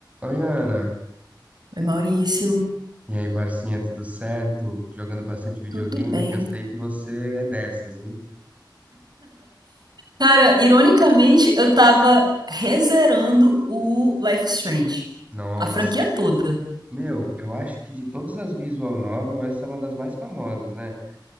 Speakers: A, on the right (about 15°); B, on the right (about 60°).
A: Oi, Ana.
B: Oi, Maurício,
A: E aí, parcinha, tudo certo? Jogando bastante videogame,
B: tudo bem?
A: que eu sei que você é dessas, hein?
B: Cara, ironicamente, eu tava rezerando o Life is Strange.
A: Nossa.
B: A franquia toda.
A: Meu, eu acho que de todas as visual novel, essa é uma das mais famosas, né?